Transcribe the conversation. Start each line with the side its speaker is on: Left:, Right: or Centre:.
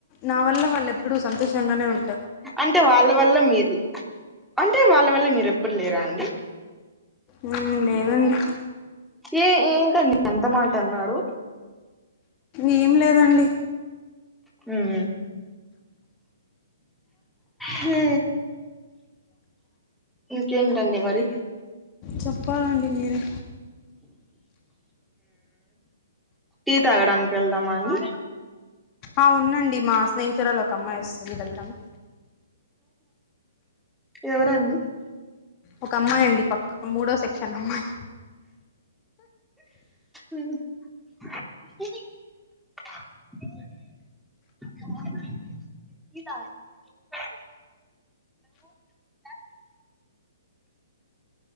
Left: నా వల్ల వాళ్ళు ఎప్పుడుూ సంతోషంగానే ఉ
Centre: అంటే వాళ్ళ వల్ల మీరు అంటే వాళ్ళ వల్ల మీరు ఎప్పుడు లేరా అండి
Left: నేను లేనండి
Centre: ఏ ఏంటండి అంత మాట అన్నారు
Left: ఏం లేదండి
Centre: హ హ ఇంకేంటండి మరి
Left: చెప్పాలండి మీరే
Centre: ఈటీ తగడానికి వెళ్దామా అండి
Left: ఆ ఉండండి మా స్నేహితురాలు ఒక అమ్మాయి వస్తుంది వెళ్దాం
Centre: ఎవరండి
Left: ఒక అమ్మాయి అండి పక్క మూడో సెక్షన్ అమ్మాయి
Centre: <inaudible> <inaudible> <inaudible>